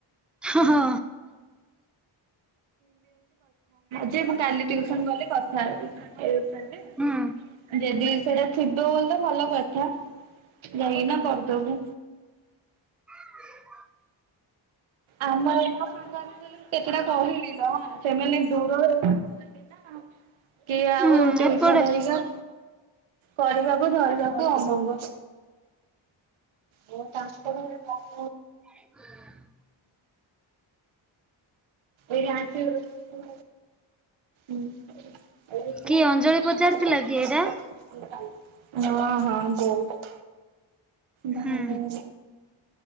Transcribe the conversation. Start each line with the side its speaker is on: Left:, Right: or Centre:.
Centre: ହଁ ହଁ
Right: ଯେ ମୁଁ କାଲି ଟ୍ୟୁସନ ଗଲେ କଥା ହେଵି
Centre: ହୁଁ
Right: ଯଦି ସେଟା ଥିବ ବୋଲି ତ ଭଲ କଥା ଯାଇକିନା କରିଦବୁ।
Centre: <inaudible>
Right: ଆମର ଏ ସାଙ୍ଗରେ କେତେଟା କହିଲି ନା ସେମାନେ ଦୂର କିଏ ଆଉ
Centre: ହୁଁ
Right: ଟ୍ୟୁସନ୍
Centre: ଏପଟେ
Right: ହେଇଗ କରିବାକୁ ଧରିବାକୁ ଅମଙ୍ଗ। ମୋର ଟ୍ରାନ୍ସପୋର ହେଲେ କଣ
Centre: <inaudible>
Right: ଏଇଠି <unintelligible> ହୁଁ। <unintelligible>
Centre: କିଏ ଅଞ୍ଜଳି ପଚାରିଥିଲା କି ଏଇଟା
Right: ହଁ ହଁ ବୋଉ। ଭାରତ।
Centre: ହୁଁ